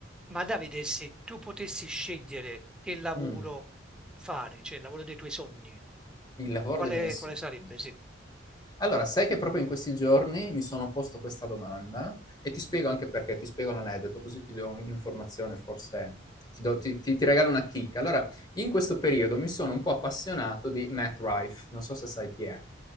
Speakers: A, in the centre; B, on the left.
A: Ma Davide, se tu potessi scegliere che lavoro
B: Mh,
A: fare, cioè il lavoro dei tuoi sogni,
B: il lavoro
A: quale,
B: dei miei sogni.
A: quale sarebbe? Sì.
B: Allora, sai che proprio in questi giorni mi sono posto questa domanda e ti spiego anche perché, ti spiego l'aneddoto, così ti do un'informazione, forse ti do ti ti ti regalo una chicca. Allora, in questo periodo mi sono un po' appassionato di Matt Rife, non so se sai chi è.